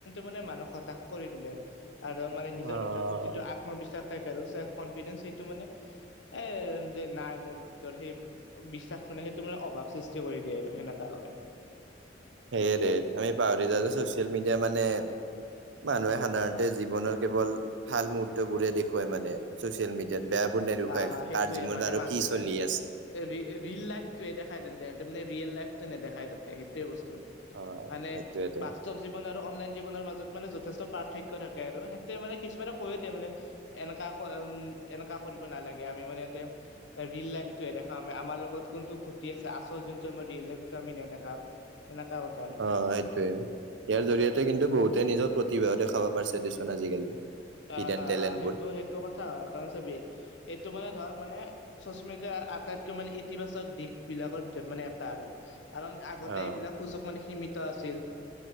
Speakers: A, on the left (about 85°); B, on the right (about 85°).
A: মানে মানুহক হতাশ কৰি তোলে। আৰু মানে নিজৰ
B: আহ
A: ভিতৰত যিটো আত্মবিশ্বাস তাক আৰু চেন কনফিদেঞ্চ সেইটো মানে এ যে নাই মোৰ ভিতৰত সেই বিশ্বাস মানে সেইটো মানে অভাৱ সৃষ্টি কৰি দিয়ে আৰু সেনেকা কৰে।
B: সেই দে আমি পাহৰি যাও যে চচিয়েল মিডিয়া মানে মানুহে সাধাৰণতে জীৱনৰ কেৱল ভাল মুহুৰ্তবোৰে দেখুৱাই মানে চচিয়েল মিডিয়াত। বেয়াবোৰ নেদেখুৱাই
A: হ' হা' সেইটোয়ে
B: কাৰ জীৱনত
A: মানে
B: আৰু
A: মানুহ
B: কি
A: এ
B: চলি
A: তাৰ
B: আছে
A: ৰি ৰিল লাইফটোয়ে দেখাই দেনতে ৰিয়েল লাইফ নেদেখাই তাতে সেই টোৱে বস্তু
B: অ
A: মানে
B: সেইটোয়েতো
A: বাস্তৱ জীৱন আৰু অনলাইন জীৱনৰ মাজত মানে যথেষ্ট পাৰ্থক্য থাকে আৰু সিহঁতে মানে কিছুমানক কৈয়ে দিয়ে মানে এনেকা কয় উম এনেকা কৰিব নালাগে, আমি মানে ইয়াতে ৰীল লাইফটোৱে দেখা আমাৰ লগত কোনটো ঘটি আছে আচল যোনটো আমাৰ ৰিয়েল লাইফটো আমি নেদেখাও। সেনেকা কথা আৰু
B: অ' সেইটোয়ে ইয়াৰ জৰিয়তে কিন্তু বহুতে নিজৰ প্ৰতি তিভা দেখাব পাৰিছে দেচোন আজিকালি। হিডেন
A: আহ' আহ'
B: টেলেণ্টবোৰ
A: আহ' সেইটো সেইটো কথা হয় কাৰণ চাবি এইটো মানে ধৰ মানে চচ মিডিয়াৰ আটাইতকৈ মানে ইতিবাচক দিশ বিলাকৰ ভিতৰত মানে এটা আৰু। কাৰণ আগতে
B: অ
A: এইবিলাক সুযোগ মানে সীমিত আছিল।